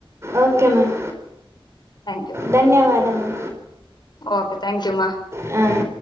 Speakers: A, on the right; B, on the left.
A: ಓಕೆ ಮ್ಯಾಮ್
B: ಥ್ಯಾಂಕ್ ಯು
A: ಧನ್ಯವಾದಗಳು
B: ಓಕೆ ಥ್ಯಾಂಕ್ ಯು ಮಾ
A: ಹ್ಮ